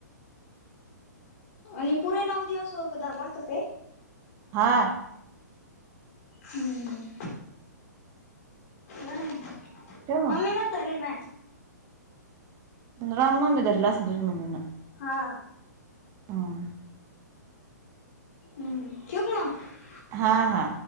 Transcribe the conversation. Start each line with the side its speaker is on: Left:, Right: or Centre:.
Left: आणि पुरे नऊ दिवस धराला लागते ते?
Right: हा.
Left: हम्म. बरंय मग.
Right: ठेव मग
Left: मम्मीनेच धारेले माह्या.
Right: राम नवमी धरेल असेल तुझ्या मम्मीनं.
Left: हा.
Right: हम्म
Left: हुं, ठेवू का मग?
Right: हा हा.